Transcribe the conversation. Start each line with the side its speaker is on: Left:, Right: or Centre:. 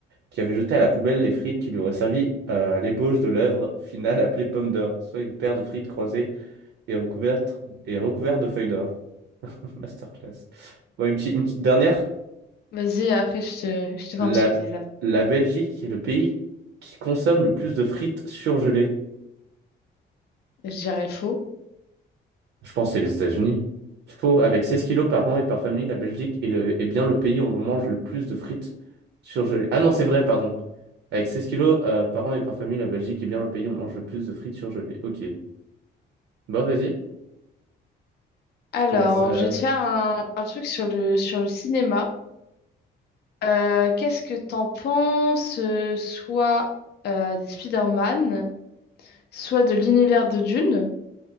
Right: qui avait jeté à la poubelle les frites qui lui auraient servi euh, à l'ébauche de l'œuvre finale appelée Pomme d'or, soit une paire de frites croisées et recouvertes, et recouvertes de feuilles d'or. <laughs> Masterclass. Bon, une petite, une petite dernière?
Left: Vas-y, après, je te, je te
Right: La,
Left: fais un petit quiz. après.
Right: la Belgique est le pays qui consomme le plus de frites surgelées.
Left: Je dirais faux.
Right: Je pense que c'est les États-Unis. Faux, avec 16 kilos par an et par famille, la Belgique est, le- est bien le pays où l'on mange le plus de frites surgelées. Ah non, c'est vrai, pardon. Avec 16 kilos euh, par an et par famille, la Belgique est bien le pays où on mange le plus de frites surgelées. Ok. Bon, vas-y. Je
Left: Alors,
Right: te laisse. euh,
Left: je vais te faire un, un truc sur le, sur le cinéma. Euh, qu'est-ce que t'en penses, euh, soit euh, des Spider-Man, soit de l'univers de Dune